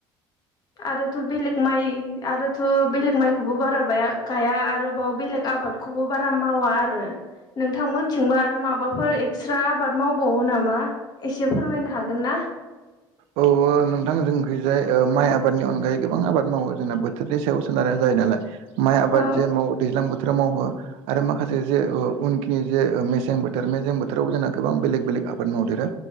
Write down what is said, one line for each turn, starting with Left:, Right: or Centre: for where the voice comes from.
Left: आरोथ' बेलेग माइ आरोथ' बेलेग माइखौबो बारा बाया गाया आरो बाव बेलेग आबादखौबो बारा मावा आरो। नोंथांमोनथिंबो आरो माबाफोर एक्सट्रा आबाद मावबावो नामा एसे फोरमायनो हागोन ना?
Right: औ औ नोंथां जोंखै जाय ओ माइ आबादनि अनगायै गोबां आबाद मावो जोंना बोथोरनि सायाव सोनारनाय जायो नालाय। माइ आबाद
Left: औ
Right: जे मावो दैज्लां बोथोराव मावो आरो माखासे जे उनखिनि जे मेसें बोथोर मेसें बोथोरावबो जोंना गोबां बेलेग बेलेग आबाद मावदेरा